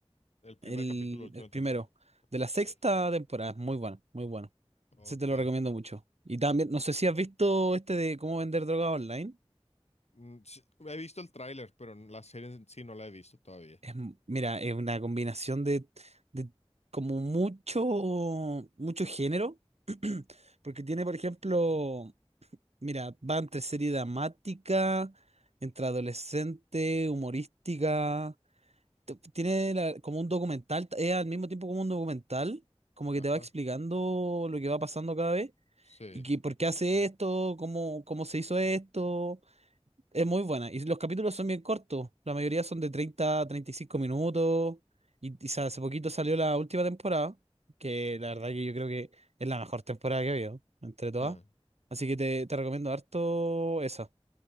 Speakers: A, on the left (about 85°); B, on the right (about 80°).
A: el primer
B: el,
A: capítulo de la última
B: el primero
A: temporada.
B: de
A: Ok,
B: la sexta temporada, es muy bueno, muy bueno.
A: ok.
B: Ese te lo recomiendo mucho. Y también, no sé si has visto este de cómo vender droga online.
A: Mm, sí, he visto el tráiler, pero la serie en sí no la he visto todavía.
B: Es m- mira, es una combinación de, de como mucho, mucho género, <clears throat> porque tiene, por ejemplo, mira, va entre serie dramática, entre adolescente, humorística, t- tiene la- como un documental, es al mismo tiempo como un documental, como
A: Ajá,
B: que te va explicando lo que va pasando cada vez,
A: sí.
B: y que por qué hace esto, cómo, cómo se hizo esto. Es muy buena. Y los capítulos son bien cortos. La mayoría son de treinta treinta y cinco minutos. Y, y sa- hace poquito salió la última temporada, que la verdad que yo creo que es la mejor temporada que he habido, entre todas.
A: <laughs>
B: Así que te, te recomiendo harto esa.